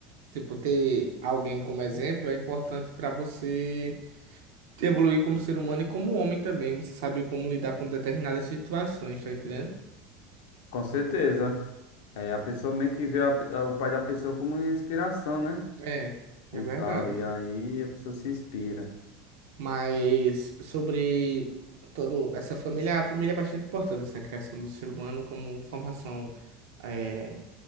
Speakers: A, on the right; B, on the left.
A: tipo, ter alguém como exemplo é importante para você evoluir como ser humano e como homem também. Você sabe como lidar com determinadas situações, tá entendendo?
B: Com certeza. É, a pessoa meio que vê a pe- o pai da pessoa como uma inspiração, né?
A: É,
B: E
A: é verdade.
B: tal. E aí a pessoa se inspira.
A: Mas sobre toda essa família, a família é bastante importante assim, na criação do ser humano como formação eh,